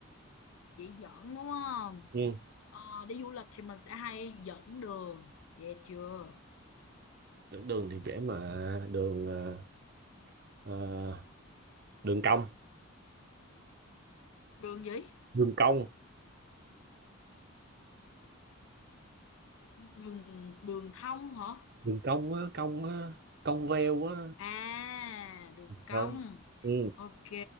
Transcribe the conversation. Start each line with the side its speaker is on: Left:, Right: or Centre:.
Left: Chỉ dẫn đúng không?
Right: ừ.
Left: Ờ, đi du lịch thì mình sẽ hay dẫn đường, ghê chưa?
Right: Đường đường thì dễ mà đường ờ, ờ, đường cong
Left: Đường gì?
Right: đường cong
Left: Đường đường thông hả?
Right: đường cong á cong á cong veo á
Left: À, đường cong.
Right: không ừ
Left: Ok,